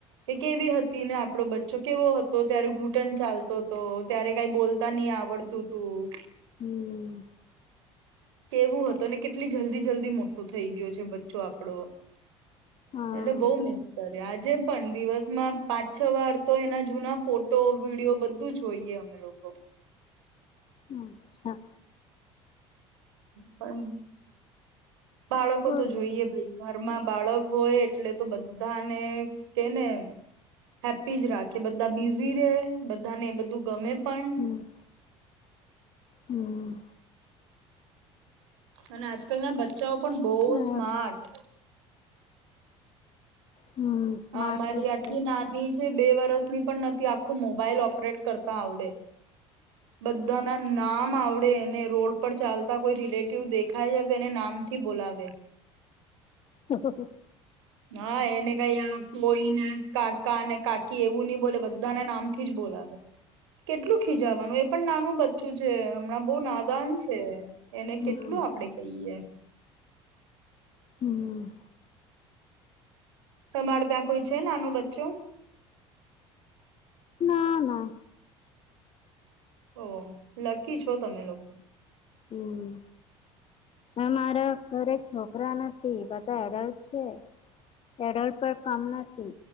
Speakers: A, on the right; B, on the left.
A: કે કેવી હતી ને આપડો બચ્ચો કેવો હતો ત્યારે ઘૂટન ચાલતો હતો ત્યારે કાઈ બોલતા નહી આવડ તો તું
B: હમ્
A: કેવું હત ને કેટલી જલ્દી જલ્દી મોટું થઈ ગયું છે બચ્ચો આપડો
B: હા
A: એટલે બઉ મિસ્ કર આજે પણ દિવસમાં પાંછ છ વાર તો એના જૂના ફોટો, વિડીયો બધું જોઈએ અમે લોકો.
B: હમ્મ, ચ્છા.
A: પણ બાળકો
B: બોલો
A: તો જોઈએ ભાઈ. ઘરમાં બાળક હોય એટલે તો બધાને કે ને હેપી જ રાખે બધા બિઝી રે બધાને એ બધું ગમે પણ
B: હમ્મ, હમ્મ.
A: અને આજકાલના બચ્ચાઓ પણ બહુ
B: હા
A: સ્માર્ટ.
B: હમ સ્માર્ટ
A: અ મારી
B: તો
A: આટલી
B: છે.
A: નાની છે બે વરષ પણ નથી આખું મોબાઈલ ઓપરેટ કરતા આવડે. બધાના નામ આવડે ને રોડ પર ચાલતા કોઈ રિલેટિવ દેખાય છે કે એને નામથી બોલાવે.
B: હ હ હ
A: હા એને કઈ ફોય ને કાકા ને કાકી એવું નઈ બોલે બધાના નામથી જ બોલાવે કેટલું ખીજાવાનું એ પણ નાનું બચ્ચું છે. આ બો નાદાન છે એને
B: હમ
A: કેટલું આપડે કહીએ.
B: હમ્મ.
A: તમારે ત્યાં કોઈ છે નાનું બચ્ચો?
B: ના ના.
A: ઓ લકી છો તમે લોકો.
B: હમ અમારા ઘરે છોકરા નથી બધા અડલ્ટ છે. એડલ્ટ પન કમ નથી.